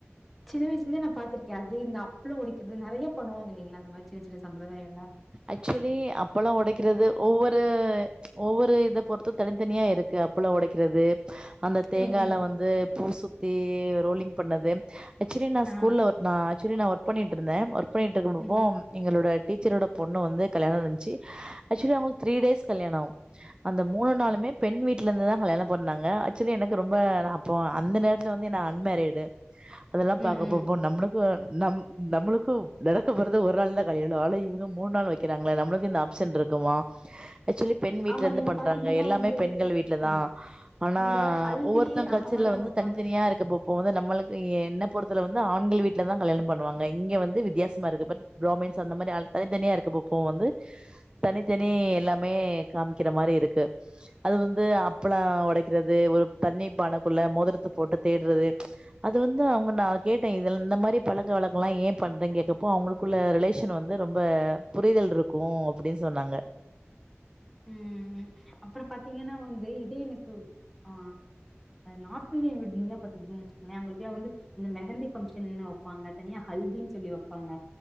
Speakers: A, in the centre; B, on the right.
A: சின்ன வயசு இருந்தே நா பா்த்திருக்கே அது இந்த அப்புளோ உடைக்குறது நிறைய பண்ணுவாங்க இல்லைங்களா அந்த மாதிரி சின்ன சின்ன சம்பிரதாயோ
B: ஆக்சுவலி அப்பல்லா உடைக்கிறது ஒவ்வொரு ஒவ்வொரு இத பொறுத்து தனித்தனியா இருக்கு அப்புளோ ஒடைக்கிறது அந்த தேங்கால
A: ம் ம்
B: வந்து பூ சுத்தி ரோலிங் பண்ணது ஆக்சுவலி நா
A: ஆ
B: ஸ்கூல்ல ஒ நா ஆக்சுவலி நா ஒர்க் பண்ணிட்டு இருந்தே பண்ணிட்டு இருக்கப்போ
A: ம்
B: எங்களோட டீச்சரோட பொண்ணு வந்து கல்யாணோ இருந்துச்சு ஆக்சுவலி அவங்களுக்கு திரி டேஸ் கல்யாணோ அந்த மூணு நாளுமே பெண் வீட்டுல இருந்து தா கல்யாணோ பொண்ணாங்க ஆக்சுவலி எனக்கு ரொம்ப அப்போ அந்த நேரத்து இதுல வந்து என்ன அன்மேரிடு அதெல்லா பாக்குறப்போம்போ
A: ம் ம்
B: நம்மளுக்கு நம் நம்மளுக்கு நடக்க போறது ஒரு நாள் தா கல்யாணோ ஆனா இங்கம் மூணு நாள் வைக்கிறாங்களே நம்மளுக்கு இந்த ஆப்சன் இருக்குமா ஆக்சுவலி பெண் வீட்ல
A: ஆமா
B: இருந்து
A: நீங்க
B: பண்றாங்க
A: பாத்தீங்கன்னா
B: எல்லாமே
A: வந்து
B: பெண்கள் வீட்டுல
A: அ
B: தா ஆனா
A: அந்த ஹல்தி
B: ஒவ்வொருத்தரு கல்ச்சர்ல
A: அந்த மாரிலா
B: வந்து
A: வெப்பாங்க
B: தனித்தனியா இருக்க போ இப்போ வந்து நம்மளுக்கு என்ன பொறுத்த வந்து ஆண்கள் வீட்டில் தா கல்யாணோ பண்ணுவாங்க இங்க வந்து வித்தியாசமா இருக்கப்ப ப்ராமின்ஸ் அந்த மாதிரி ஆள் தனித்தனியா இருக்க பப்போ வந்து தனித்தனி எல்லாமே காமிக்கிற மாதிரி இருக்கு அது வந்து அப்பள ஒடைக்கிறது ஒரு தண்ணி பானைக்குள்ள மோதிரத்த போட்டு தேடுறது அது வந்து அவங்க நா கேட்டே இத இந்த மாதிரி பழக்க வழக்கம்லா ஏன் பண்றீங்க கேட்டப்போ அவங்களுக்குள்ள ரிலேஷன் வந்து வந்து ரொம்ப புரிதல் இருக்கு அப்டின்னு சொன்னாங்க
A: ம் அப்புறோ பாத்தீங்கன்னா வந்து இதே எனக்கு ஆ நார்த் இந்தியன் வெட்டிங்லா பாத்துருக்கிங்கன்னா அவங்களுக்குலா வந்து இந்த மெகந்தி பங்ஷன் வைப்பாங்க தனியா ஹல்தின்னு சொல்லி வைப்பாங்க